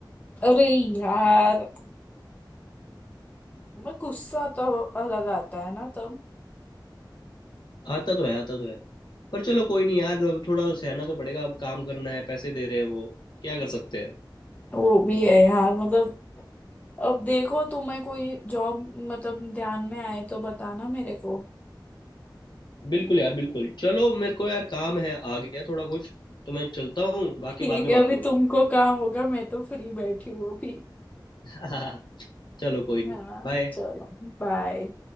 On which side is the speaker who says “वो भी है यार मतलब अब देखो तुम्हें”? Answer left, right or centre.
Left